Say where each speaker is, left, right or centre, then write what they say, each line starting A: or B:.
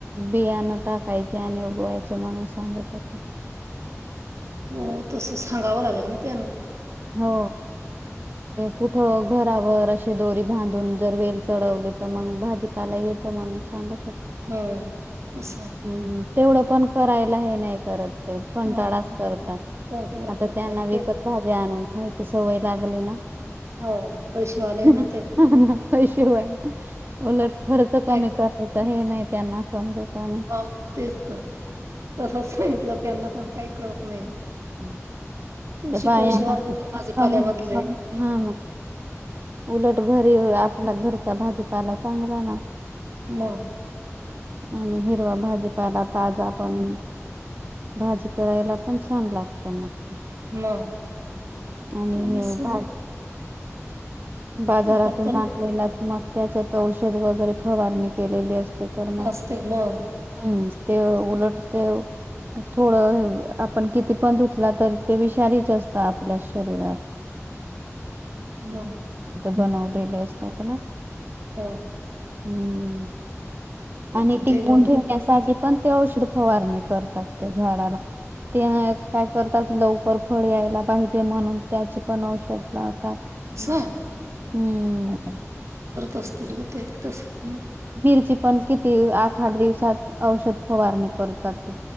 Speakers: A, on the right; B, on the right.
A: बियाणं टाकायचे आणि उगवायच म्हणून सांगत होते.
B: हो तस संगाव लागल ना त्याना
A: हो कुठ घरावर दोरी बांधून जर वेल चढवले तर मग भाजीपाला येते म्हणून सांग
B: हो असं
A: <unintelligible> तेवढं पण करायला हे नाही करत ते कंटाळाच
B: हा
A: करतात
B: कंटाळा
A: आता
B: करतात
A: त्यांना विकत
B: ते
A: <unintelligible> खायची सवय लागली ना,
B: हो पैसेवाले
A: <inaudible> ना
B: ते
A: पैसे होई उलट खर्च कमी
B: काय
A: करायचा हे नाही त्यांना, समजत आणि
B: हो तेच तर तसच सांगितलं त्यांना पण काही कळत नाही ग,
A: हम्म
B: तुळशी
A: ते बायाना
B: पैसे वाचले
A: किती
B: भाजीपाल्यामधले
A: काम हा
B: म
A: ना, उलट घरी आपला घरचा भाजीपायला चांगला नाही.
B: म
A: आणि हिरवा भाजीपायला ताज पण भाजी करायला पण छान लागत मग,
B: मग
A: आणि
B: त्यांना
A: हे
B: सम
A: पा बाजारातून
B: आपण पण
A: नाकलेलात मग त्याच्यात औषध वगैरे फवारणी केलेली अस. ते तर मग
B: असते मग
A: हम्म ते उलट ते थोडं आपण किती पण धुतला तरी ते विषारीच अस आप शरीय
B: मग
A: बनवलेले असतात ना
B: मग
A: हम्म
B: आपण
A: आणि
B: तर
A: टिकून
B: ते मग
A: ठेव पण ते औषध फवारणी करतात त्या झाडाला ते काय करतात लवकर फळ ला पाहिजे म्हणून त्याचे पण औषध लावतात
B: ह
A: हम्म
B: असतील ग ते तस ना
A: मिरची पण किती आठ आठ दिवसात औषध फवारणी करतात